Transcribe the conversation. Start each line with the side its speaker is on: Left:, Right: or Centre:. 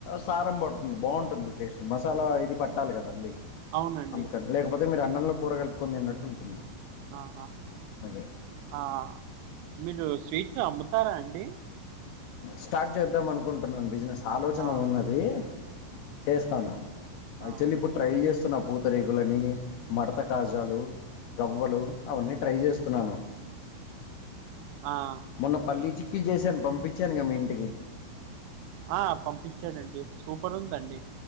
Left: సారం పడుతుంది బాగుంటుంది టేస్ట్ మసాలా ఇది పట్టాలి కదండి.
Right: అవునండి
Left: అందుకని లేకపోతే మీరు అన్నంలో కూర కలుపుకొని తిన్నట్లు ఉంటుంది.
Right: ఆహా.
Left: అదే.
Right: ఆహ్ మీరు స్వీట్స్ అమ్ముతారా అండి.
Left: స్టార్ట్ చేద్దాం అనుకుంటున్నాను బిజినెస్ ఆలోచన
Right: ఆ
Left: ఉన్నది చేస్తాను. యాక్చువల్లీ
Right: ఆ
Left: ఇప్పుడు ట్రైల్ చేస్తున్న పూతరేకులని మడత కాజాలు. గవ్వలు అవన్నీ ట్రై చేస్తున్నాను.
Right: ఆహ్.
Left: మొన్న పల్లీ చిక్కీ చేశాను పంపించానుగా మీ ఇంటికి
Right: ఆహ్ పంపించానండి సూపర్ ఉందండి.